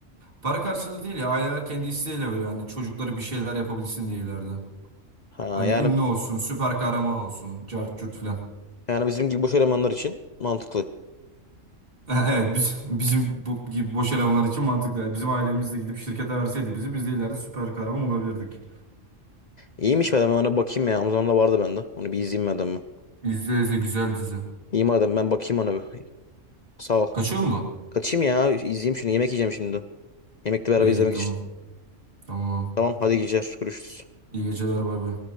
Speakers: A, on the right; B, on the left.
A: para karşılığı değil ya aileler kendi isteğiyle veriyor. Hani çocukları bir şeyler yapabilsin diye ileride.
B: Ha
A: Hani
B: yani
A: ünlü olsun, süper kahraman olsun, cart curt filan. <laughs>
B: yani bizim gibi boş elemanlar için mantıklı.
A: Evet biz bizim bu gibi boş elemanlar için mantıklı. Yani Bizim ailemizde gidip şirkete verseydi bizi biz de ileride süper kahraman olabilirdik.
B: İyiymiş madem ben ona bakayım ya. Amazon'da da vardı bende. Onu bir izleyeyim madem ben.
A: %100 de güzel dizi.
B: İyi madem ben bakayım ona bir. Sağ ol.
A: Kaçıyor mu?
B: Kaçayım ya. izleyeyim şunu. Yemek yiyeceğim şimdi. Yemekle beraber
A: İyi
B: izlemek
A: tamam.
B: için.
A: Tamam.
B: Tamam hadi geceler. Görüşürüz.
A: İyi geceler bay bay.